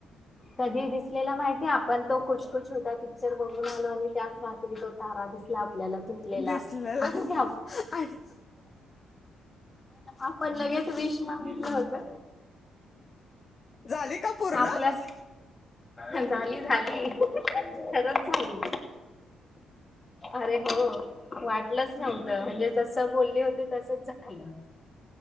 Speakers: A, on the left (about 25°); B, on the left (about 40°).
A: कधी दिसलेला माहिती आपण तो खुचखुच होता पिक्चर बघून आलो आणि त्याच रात्री तो तारा दिसला. आपल्याला तुटलेला
B: दिसलेला
A: आणि
B: आणि
A: आपण लगेच विश मागितलं होतं.
B: झाली का. पूर्ण
A: आपलास झाली झाली. खरच झाली अरे हो वाटत लंच नव्हतं म्हणजे जसं बोलले होते तसच झालं.